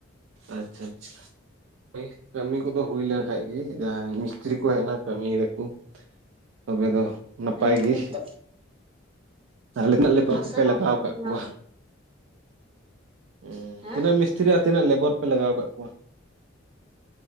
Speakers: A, on the right; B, on the right.
A: ᱟᱪᱪᱷᱟ ᱟᱪᱪᱷᱟ ᱾ ᱳᱭ ᱠᱟᱹᱢᱤ ᱠᱚᱫᱚ ᱦᱩᱭ ᱞᱮᱱᱠᱷᱟᱡ ᱜᱮ, ᱡᱟᱦᱟᱸ ᱢᱤᱥᱛᱨᱤ ᱠᱚ ᱦᱮᱡ ᱮᱱᱟ ᱠᱟᱹᱢᱤ ᱨᱮᱠᱚᱼᱼ ᱛᱚᱵᱮ ᱫᱚ ᱱᱟᱯᱟᱭ
B: ᱦᱩᱸ
A: ᱜᱤ
B: ᱱᱤᱛᱚᱜ
A: ᱾ ᱛᱟᱦᱞᱮᱱᱟᱜ ᱞᱮᱵᱟᱨ
B: ᱢᱚᱥᱞᱟ
A: ᱠᱚᱯᱮ ᱞᱟᱜᱟᱣ
B: ᱠᱚ
A: ᱠᱟᱜ
B: ᱵᱮᱱᱟᱣ
A: ᱠᱚᱣᱟ
B: ᱫᱟ
A: ᱾ ᱦᱩᱸ,
B: ᱦᱮᱸ
A: ᱛᱤᱱᱟᱹᱜ ᱢᱤᱥᱛᱤᱨᱤ ᱟᱨ ᱛᱤᱱᱟᱹᱜ ᱞᱮᱵᱚᱨ ᱯᱮ ᱞᱟᱜᱟᱣ ᱟᱠᱟᱜ ᱠᱚᱣᱟ?